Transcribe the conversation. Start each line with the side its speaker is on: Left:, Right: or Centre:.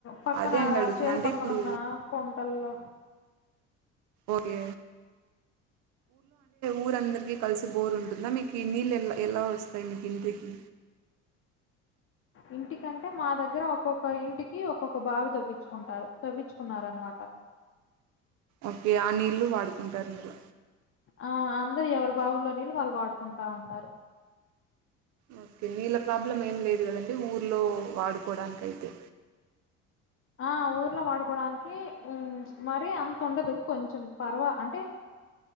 Left: పక్కనడా
Right: అదే అండి అడుగుతున్నా
Left: చేలు
Right: అంటే
Left: పక్కనున్న
Right: ఇప్పుడు
Left: గుంటల్లో.
Right: ఓకే ఊరందరికి కలిసి బోర్ ఉంటుందా. మీకు నీళ్ళు ఎలా వస్తాయి మీకు ఇంటికి
Left: ఇంటికంటే మా దగ్గర ఒక్కొక్క ఇంటికి ఒక్కొక్క బావి తవ్విచ్చుకున్నారు. తవ్విచుకున్నారన్నమాట
Right: ఓకే అ నీల్లు వాడుకుంటారు మీరు
Left: ఆ అందరు ఎవరు బావుల్లో నీళ్ళు వాళ్ళు వాడుకుంటా ఉంటారు.
Right: ఓకే నీళ్ళ ప్రాబ్లం ఏం లేదు కదండి. ఊర్లో వాడుకోడానికి అయితే
Left: ఆ ఊర్లో వాడుకోవడానికి మరి అంత ఉండదు. కొంచెం పర్వ అంటే